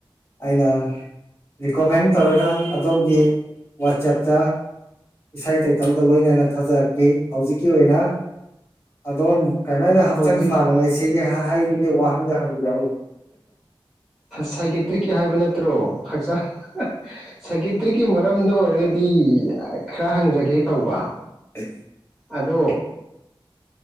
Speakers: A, on the left; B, in the centre.
A: ꯑꯩꯅ ꯔꯤꯀꯣꯃꯦꯟ ꯇꯧꯔꯒ ꯑꯗꯣꯝꯒꯤ ꯋꯥꯆꯞꯇ ꯏꯁꯩꯥꯏ ꯇꯥꯏꯇꯜꯒ ꯂꯣꯏꯅꯅ ꯊꯥꯖꯔꯛꯈꯤ ꯍꯧꯖꯤꯛꯀꯤ ꯑꯣꯏꯅ ꯑꯗꯨꯝ ꯀꯃꯥꯏꯅ ꯍꯛꯆꯥꯡ
B: ꯍꯧꯖꯤꯛ
A: ꯐꯅ ꯂꯩꯁꯤꯒꯦ ꯍꯥꯏꯕꯒꯤ ꯋꯥꯍꯪꯗ ꯍꯪꯕꯤꯔꯛꯎ
B: ꯁꯥꯏꯀꯦꯇ꯭ꯔꯤꯛꯀꯤ ꯍꯥꯏꯕ ꯅꯠꯇ꯭ꯔꯣ ꯍꯛꯆꯥꯡ ꯁꯥꯏꯀꯦꯇ꯭ꯔꯤꯛꯀꯤ ꯀꯤ ꯃꯔꯝꯗ ꯑꯣꯏꯔꯒꯗꯤ ꯈꯔ ꯍꯪꯖꯒꯦ ꯇꯧꯕ
A: ꯑꯦ
B: ꯑꯗꯣ